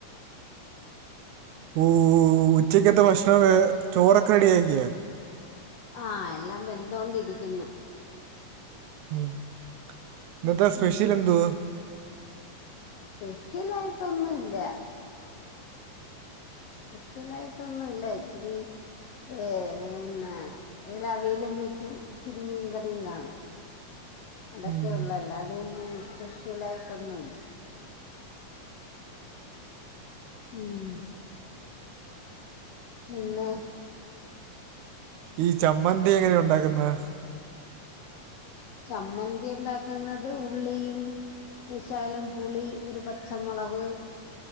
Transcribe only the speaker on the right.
ഓഹ് ഉച്ചക്കത്തെ ഭക്ഷണം ചോറൊക്കെ റെഡിയാക്ക്യോ?
ഉം ഇന്നത്തെ സ്പെഷ്യൽ
എന്ത്‌?
ഉം.
ഈ ചമ്മന്തി എങ്ങനെ ഉണ്ടാക്കുന്നെ